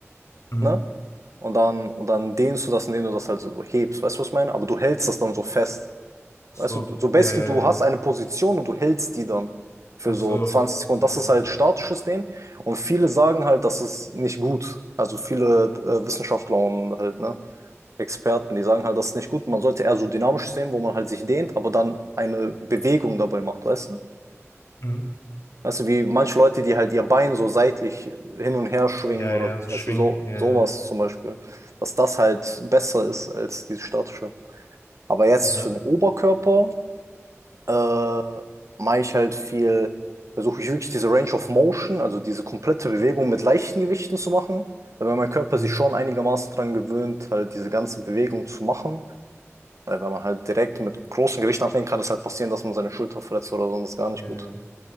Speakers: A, on the left (about 65°); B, on the right (about 80°).
A: Mhm.
B: ne? Und dann, und dann dehnst du das, indem du das halt so hebst. Weißt du, was ich meine? Aber du hältst das dann so fest.
A: Ach so,
B: Weißt du, so basically,
A: ja, ja,
B: du
A: ja.
B: hast eine Position und du hältst die dann für
A: Ach
B: so
A: so,
B: 20 Sekunden.
A: äh,
B: Das
A: mhm.
B: ist halt statisches Dehnen. Und viele sagen halt, das ist nicht gut. Also viele äh, Wissenschaftler und halt, ne, Experten, die sagen halt, das ist nicht gut. Man sollte eher so dynamisches Dehnen, wo man halt sich dehnt, aber dann eine Bewegung dabei macht, weißt du?
A: Mhm.
B: Weißt du, wie manche Leute, die halt ihr Bein so seitlich hin und her schwingen
A: Ja,
B: oder
A: ja,
B: so.
A: so
B: Weißt
A: schwingen,
B: du, so,
A: ja,
B: sowas
A: ja,
B: zum Beispiel. Dass das halt besser ist als dieses statische. Aber jetzt
A: ja,
B: für den Oberkörper äh, mache ich halt viel, versuche ich wirklich diese Range of Motion, also diese komplette Bewegung mit leichten Gewichten zu machen. Weil mein Körper
A: mhm.
B: sich schon einigermaßen daran gewöhnt, halt diese ganze Bewegung zu machen. Weil wenn man halt direkt mit großen Gewichten anfängt, kann es halt passieren, dass man seine Schulter verletzt oder so und das ist gar nicht
A: Ja,
B: gut.
A: ja.